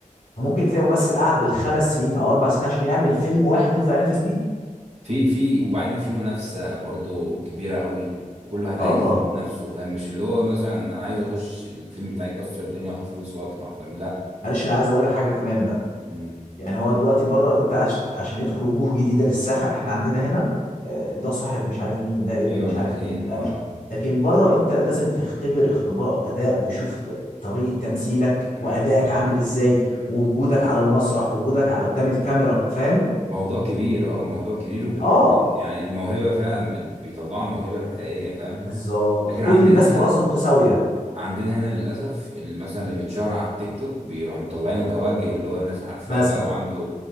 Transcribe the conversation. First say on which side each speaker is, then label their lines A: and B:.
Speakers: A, on the left; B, on the right.
A: ممكن تلاقي ممثل قعد بالخمس سنين او اربع سنين عشان يعمل فيلم واحد يطلع ينافس بيه
B: في في وبعدين في منافسة برضو كبيرة قوي وكل واحد
A: اه
B: عايز يثبت نفسه فاهم مش اللي هو مثلا انا عايز اخش الفيلم بتاعي يكسر الدنيا اخد فلوس واطلع فاهم لا
A: معلش انا عايز اقول لك حاجه كمان بقى
B: امم
A: يعني هو دلوقتي بره انت عش... عشان يدخل وجوه جديده للساحه احنا عندنا
B: أمم.
A: هنا آه، ده صاحب مش عارف مين ده ابن
B: ايوه
A: مش
B: ده
A: عارف
B: حقيقة
A: مين
B: اه
A: ده مش لكن بره انت لازم تختبر اختبار اداء ويشوفوا ط- طريقه تمثيلك
B: <clears throat>
A: وادائك
B: اه
A: عامل ازاي ووجودك
B: أمم.
A: على المسرح ووجودك ع- قدام الكاميرا فاهم
B: موضوع كبير اه موضوع كبير وبت...
A: اه
B: يعني الموهبة فعلا بت... بيطلعوا الموهبة الحقيقية فاهم
A: بالظبط
B: لكن
A: كل
B: عندنا
A: الناس
B: هنا
A: فرصها متساويه
B: عندنا هنا للاسف ال- مثلا اللي بيتشهر على التيك توك بيروحوا مطلعينه كوجه اللي هو الناس عارفاه
A: مثلا
B: بقى وعنده